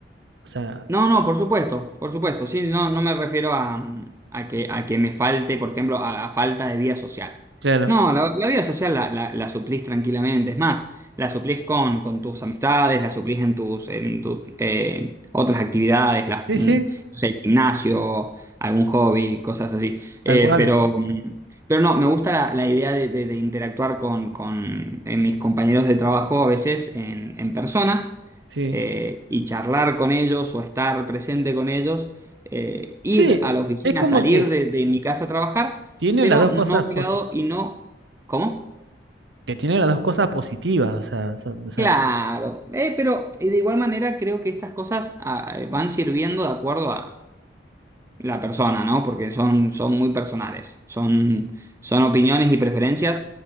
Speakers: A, on the right; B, on the right.
A: O sea,
B: No, no, por supuesto, por supuesto. Sí, no, no me refiero a, a que, a que me falte, por ejemplo, a, a falta de vida social.
A: claro.
B: No, la, la vida social la, la, la suplís tranquilamente. Es más, la suplís con, con tus amistades, la suplís en tus en tu, eh, otras actividades, la-
A: Sí,
B: mm,
A: sí,
B: no sé, el gimnasio, algún hobby, cosas así. Eh,
A: tal cual.
B: pero, mm, pero no, me gusta la, la idea de, de- de interactuar con, con eh, mis compañeros de trabajo a veces en, en persona
A: Sí.
B: eh, y charlar con ellos o estar presente con ellos, eh, ir
A: Sí, eh,
B: a la oficina,
A: es como
B: salir
A: que
B: de, de mi casa a trabajar,
A: tiene
B: pero
A: las dos cosas
B: no obligado
A: posi-
B: y no... ¿Cómo?
A: que tiene las dos cosas positivas, o sea, son- o sea,
B: Claro, eh, pero eh, de igual manera creo que estas cosas ah, eh, van sirviendo de acuerdo a la persona, ¿no? Porque son, son muy personales, son, son opiniones y preferencias,